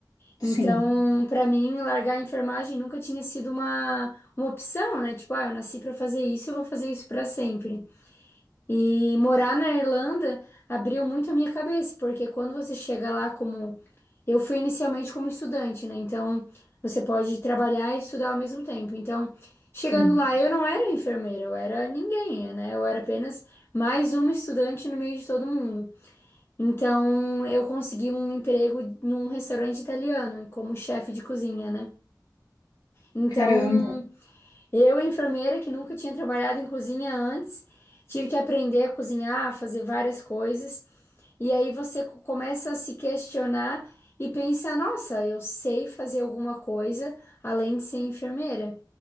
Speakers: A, on the left (about 60°); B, on the left (about 35°).
A: sim,
B: Então, para mim, largar a enfermagem nunca tinha sido uma, uma opção, né? Tipo, ah, eu nasci para fazer isso, eu vou fazer isso para sempre. E morar na Irlanda abriu muito a minha cabeça, porque quando você chega lá como. Eu fui inicialmente como estudante, né? Então você pode trabalhar e estudar ao mesmo tempo. Então, chegando
A: sim.
B: lá, eu não era enfermeira, eu era ninguém, né? Eu era apenas mais uma estudante no meio de todo mundo. Então, eu consegui um emprego num restaurante italiano, como chefe de cozinha, né? Então,
A: Caramba,
B: eu, enfermeira que nunca tinha trabalhado em cozinha antes, tive que aprender a cozinhar, a fazer várias coisas, e aí você co- começa a se questionar e pensar: nossa, eu sei fazer alguma coisa além de ser enfermeira.